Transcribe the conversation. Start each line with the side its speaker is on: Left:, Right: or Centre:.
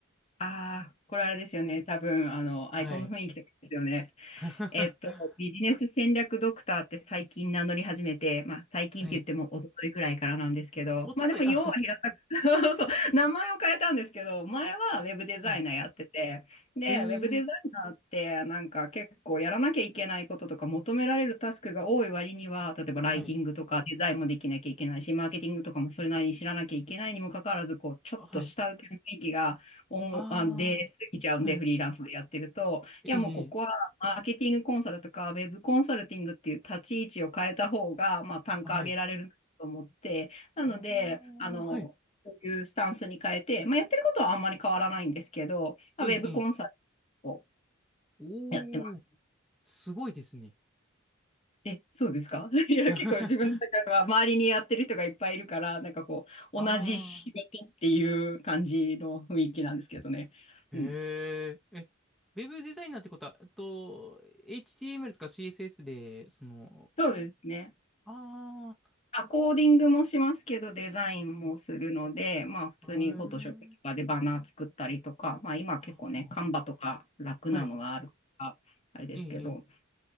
Left: ああ、これあれですよね。多分、あの、
Centre: はい。
Left: アイコンの雰囲気とかですよね。
Centre: <laughs>
Left: えっと、ビジネス戦略ドクターって最近名乗り始めて、まあ、最近って言っても一昨日ぐらいからなんですけど、
Centre: はい。おととい、
Left: まあでも、要は平たく
Centre: あ、
Left: <laughs> そう、名前を変えたんですけど、前はウェブデザイナーやってて、
Centre: はい。
Left: で、
Centre: えー、
Left: ウェブデザイナーってなんか結構やらなきゃいけないこととか求められるタスクが多い割には、例えばライティングとかデザインもできなきゃいけないし、
Centre: はい。
Left: マーケティングとかもそれなりに知らなきゃいけないにもかかわらず、こう、ちょっと下請けの雰囲気がおもあ出過ぎちゃうんで、
Centre: あ、はい。あー、はい。
Left: フリーランスでやってると、いやもうここマーケティングコンサルとか、
Centre: ええええ
Left: ウェブコンサルティングっていう立ち位置を変えた方が、まあ、単価上げられると思って、
Centre: はい。
Left: なので、
Centre: あー、
Left: あの、
Centre: はい。
Left: そういうスタンスに変えて、まあ、やってることはあんまり変わらないんですけど、まあウェブコンサル
Centre: ええええ
Left: を
Centre: おー、
Left: やってます。
Centre: すごいですね。
Left: え、そうですか <laughs> いや、
Centre: <laughs>
Left: 結構自分の中では周りにやってる人がいっぱいいるから、なんかこう、
Centre: あ
Left: 同じ仕事っていう感じの雰囲気なんですけどね。
Centre: ー、
Left: うん。
Centre: へー。え、ウェブデザイナーってことは、えっと、HTML とか CSS で、その、
Left: そうですね。
Centre: あ
Left: あ、コーディングもしますけど、デザインもするので、
Centre: ー、
Left: まあ普通にフォトショップとかでバナー作ったりとか、
Centre: へえ
Left: まあ今結構ね、
Centre: は
Left: カンバとか楽なのがあるから、
Centre: あ、はい。
Left: あれですけど、
Centre: ええ、ええ。